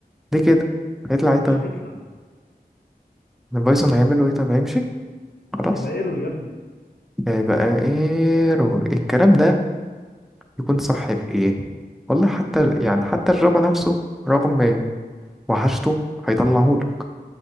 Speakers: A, in the centre; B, on the left.
A: ليه كده هيطلع ايه طيب
B: مش هيطلع
A: البايثون هيعمله ايه طب هيمشي خلاص
B: هيبقى ايرور يا ابني
A: هيبقى ايرور الكلام ده يكون صح في ايه والله حتى يعني حتى الجافا نفسه رغم وحشته هيطلعهولك